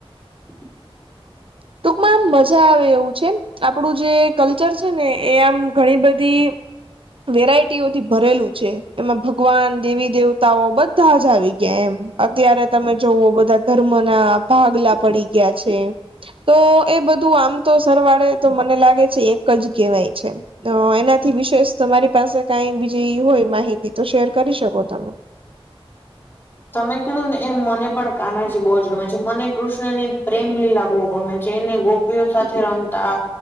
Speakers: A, on the left (about 20°); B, on the right (about 60°).
A: <inaudible>
B: ટૂંકમાં આમ મજા આવે એવું છે, આપડું જે કલ્ચર છે ને એ આમ ઘણી બધી વેરાયટીઓથી ભરેલું છે, એમાં ભગવાન દેવી દેવતાઓ બધા જ આવી ગયા એમ. અત્યારે તમે જોવઓ બધા ધર્મ ના ભાગલા પડી ગયા છે. તો એ બધું આમ તો સરવાળે તો મને લાગે છે એક જ કહેવાય છે એનાથી વિશેષ તમારી પાસે કઈ બીજી હોય માહિતી તો શેર કરી શકો તમે.
A: તમે કીધું ને એમ મને પણ કાનાજી બહુ જ ગમે છે મને કૃષ્ણ ની પ્રેમ લીલા બહુ ગમે. જેઈને ગોપીઓ સાથે રમતા.